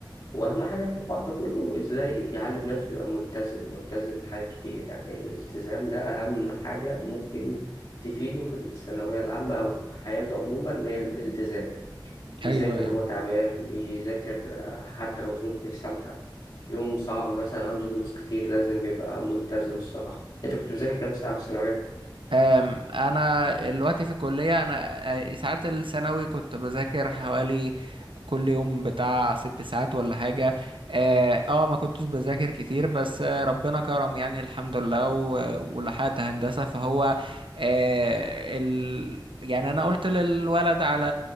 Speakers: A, on the left (about 65°); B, on the right (about 80°).
A: وأهم حاجة في الحوار ده كله إزاي يعلم نفسه يبقى ملتزم ملتزم بحاجات كتير يعني الالتزام ده أهم حاجة ممكن تفيده في الثانوية العامة أو في حياته عموما هي الالتزام يذاكر
B: ايوه ايوه
A: وهو تعبان يذاكر آه، حتى لو ظروف مش سامحة يوم صعب مثلا عنده دروس كتير لازم يبقى ملتزم الصراحة أنت كنت بتذاكر كام ساعة في الثانوية؟
B: أم انا دلوقتي في الكليه انا آه، ساعات الثانوي كنت بذاكر حوالي كل يوم بتاع ست ساعات ولا حاجه اه آه، ما كنتش بذاكر كتير بس آه، ربنا كرم يعني الحمد لله و- ولحقت هندسه فهو آه ال... يعني انا قلت للولد على